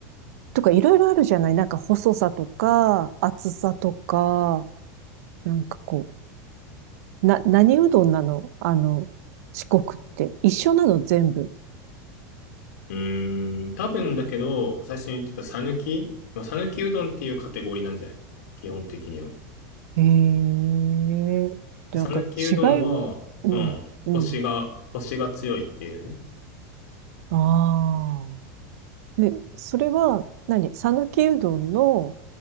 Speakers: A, on the right; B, on the left.
A: とかいろいろあるじゃないなんか細さとか、厚さとか、なんかこう、な、何うどんなのあの、四国って。一緒なの全部。
B: うーん多分だけど、最初に言ってた讃岐まあ、さぬきうどんっていうカテゴリーなんじゃない基本的には。
A: へえ。
B: で、
A: でなんか違いも、
B: さぬきうどんは、
A: うん、
B: うん。
A: うん。
B: コシが、コシが強いっていうね。
A: ああ。ね、それは何、讃岐うどんの